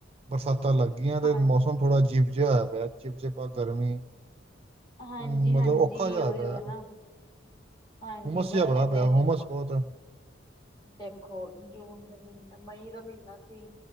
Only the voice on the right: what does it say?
ਬਰਸਾਤਾਂ ਲੱਗ ਗਈਆਂ ਤੇ
ਮੌਸਮ ਥੋੜ੍ਹਾ ਅਜੀਬ ਜਿਹਾ ਹੋਇਆ ਪਿਆ ਚਿਪ ਜਿਪਾ ਗਰਮੀ ਹੂ
ਮਤਲਬ
ਔਖਾ ਜਹਾ
ਹੋਇਆ ਪਿਆ
ਹੁਮਸ
ਜਿਹਾ ਬੜਾ
ਪਿਆ ਹੁਮਸ
ਬਹੁਤ